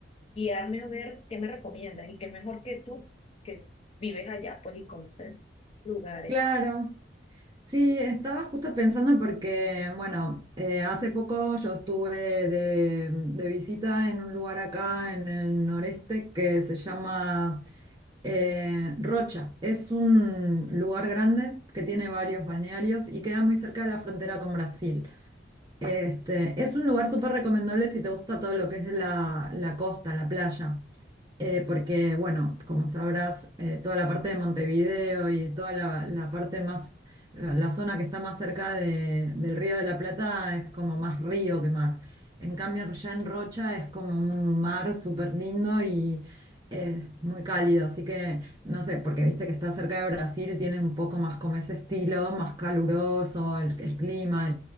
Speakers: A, on the left; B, on the right.
A: guiarme a ver qué me recomiendas y qué mejor que tú que vives allá, pues y conoces lugares.
B: claro. Sí, estaba justo pensando porque, bueno, eh, hace poco yo estuve de, de visita en un lugar acá en el noreste que se llama eh, Rocha. Es un lugar grande que tiene varios balnearios y queda muy cerca de la frontera con Brasil. Este, es un lugar súper recomendable si te gusta todo lo que es la, la costa, la playa, Eh, porque, bueno, como sabrás, eh, toda la parte de Montevideo y toda la, la parte más, la, la zona que está más cerca de- del Río de la Plata es como más río que mar. En cambio, ya en Rocha es como un mar súper lindo y es muy cálido, así que, no sé, porque viste que está cerca de Brasil, tiene un poco más como ese estilo, más caluroso, el, el clima,